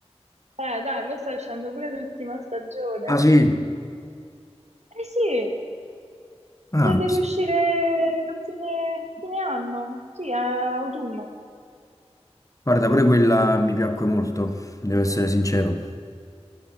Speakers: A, on the right; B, on the left.
A: Eh, dai, mo sta uscendo pure l'ultima stagione.
B: Ah sì?
A: Eh sì,
B: Ah,
A: Eh, Deve uscire a fine, fine anno, sì, a autunno.
B: Guarda, pure quella mi piacque molto, devo essere sincero.